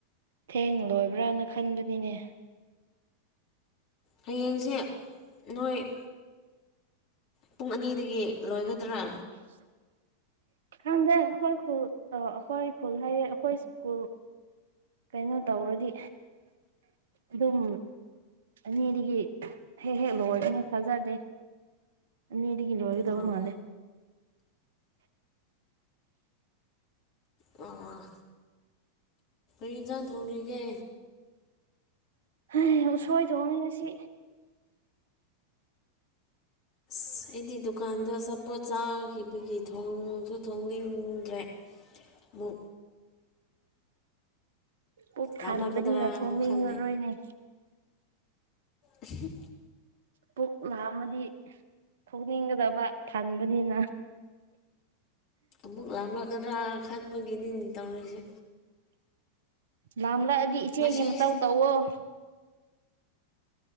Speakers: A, on the right (about 60°); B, on the left (about 35°).
A: ꯊꯦꯡ ꯂꯣꯏꯕ꯭ꯔꯅ ꯈꯟꯕꯅꯤꯅꯦ꯫
B: ꯍꯌꯦꯡꯁꯦ ꯅꯣꯏ ꯄꯨꯡ ꯑꯅꯤꯗꯒꯤ ꯂꯣꯏꯒꯗ꯭ꯔꯥ
A: <inaudible> ꯈꯪꯗꯦ ꯑꯩꯈꯣꯏ ꯈꯨꯨꯜ ꯑ ꯑꯩꯈꯣꯏ ꯈꯨꯨꯜ ꯍꯥꯏꯌꯦ ꯑꯩꯈꯣꯏ ꯁ꯭ꯀꯨꯜ ꯀꯩꯅꯣ ꯇꯧꯔꯗꯤ꯫ ꯑꯗꯨꯝ ꯑꯅꯤꯗꯒꯤ ꯍꯦꯛ ꯍꯦꯛ ꯂꯣꯏꯔꯅꯦ ꯊꯥꯖꯗꯦ꯫ ꯑꯅꯤꯗꯤ ꯀꯤꯂꯣꯒ ꯇꯧꯕ
B: ꯑꯥ
A: ꯃꯥꯜꯂꯦ꯫
B: ꯑꯣ ꯑꯩ ꯌꯦꯟꯁꯥꯡ ꯊꯣꯡꯅꯤꯒꯦ꯫
A: ꯍ‌ꯦ ꯎꯁꯣꯏꯊꯣꯛꯏ ꯉꯑꯅꯤ ꯉꯁꯤ꯫
B: ꯑꯁ ꯑꯩꯗꯤ ꯗꯨꯀꯥꯟꯗ ꯑꯆꯥꯄꯣꯠ ꯆꯥꯈꯤꯕꯒꯤ ꯊꯣꯡꯁꯨ ꯊꯣꯡꯅꯤꯡꯗ꯭ꯔꯦ꯫ ꯃꯨ
A: ꯄꯨꯛ ꯊꯥꯕꯅꯤꯅ
B: ꯂꯥꯝꯂꯛꯀꯗ꯭ꯔꯥ
A: ꯊꯣꯡꯅꯤꯡꯉꯔꯣꯏꯅꯦ꯫
B: ꯑꯃꯨꯛ ꯈꯜꯂꯦ ꯎꯍꯨꯝ
A: ꯄꯨꯛ ꯂꯥꯝꯃꯗꯤ꯫ ꯊꯣꯛꯅꯤꯡꯒꯗꯕ ꯊꯟꯕꯅꯤꯅ꯫
B: ꯑꯃꯨꯛ ꯂꯥꯝꯂꯛꯀꯗ꯭ꯔꯥ ꯈꯟꯕꯒꯤꯅꯤꯅꯤ ꯇꯧꯔꯤꯁꯦ꯫
A: ꯂꯥꯝꯂꯛꯑꯗꯤ ꯏꯆꯦꯒꯤ
B: ꯉꯁꯤꯁꯤ
A: ꯃꯇꯧ ꯇꯧꯋꫭ꯫